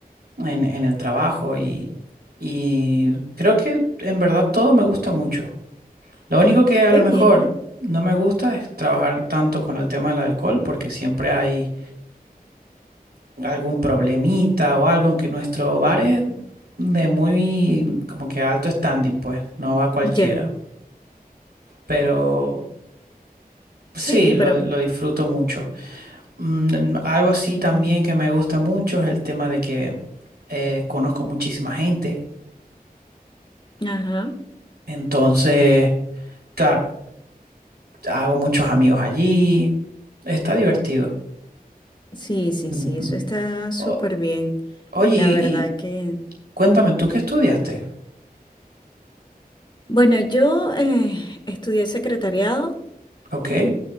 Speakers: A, on the right; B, on the left.
A: en, en el trabajo y, y creo que en verdad todo me gusta mucho. Lo único que a
B: Qué
A: lo mejor
B: bien.
A: no me gusta es trabajar tanto con el tema del alcohol porque siempre hay algún problemita o algo en que nuestro bar es de muy como que alto standing, pues, no va cualquiera.
B: Ya.
A: Pero sí,
B: Sí,
A: lo
B: pero
A: lo disfruto mucho. Mm, algo así
B: sí.
A: también que me gusta mucho es el tema de que eh, conozco muchísima gente.
B: Ajá.
A: Entonces, claro, hago muchos amigos allí. Está divertido.
B: Sí, sí,
A: Ujú.
B: sí, eso está súper
A: O-
B: bien.
A: oye,
B: La
A: y
B: verdad que...
A: cuéntame, ¿tú qué estudiaste?
B: Bueno, yo eh, estudié secretariado
A: Ok,